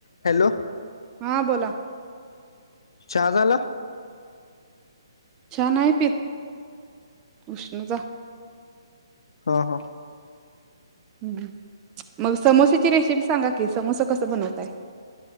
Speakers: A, on the left; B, on the right.
A: हॅलो?
B: हा बोला.
A: च्या झाला?
B: च्या नाही पित. उष्णता
A: हा हा!
B: हम् मग समोश्याची रेसिपी सांगा कि समोसा कसं बनवताय?